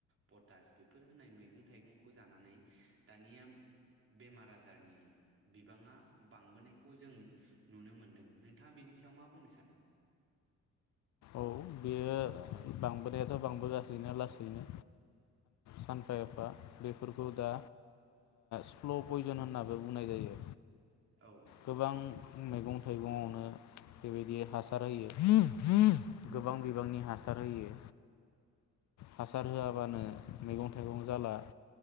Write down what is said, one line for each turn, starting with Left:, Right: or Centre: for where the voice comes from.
Right: पटास बेफोर होनाय मैगं थाइगंखौ जानानै दानिया बेमार आजारनि बिबाङा बांबोनायखौ जों नुनो मोनदों नोंथाङा बिनि सायाव मा बुंनो सानो
Left: औ बेयो बांबोनायाथ' बांबोगासिनो लासैनो सानफा एफा बेफोरखौ दा स्ल' पयजन होनाबो बुंनाय जायो
Right: औ
Left: गोबां मैगं थाइगंआवनो बेबायदि हासार होयो गोबां बिबांनि हासार होयो हासार होआबानो मैगं थाइगं जाला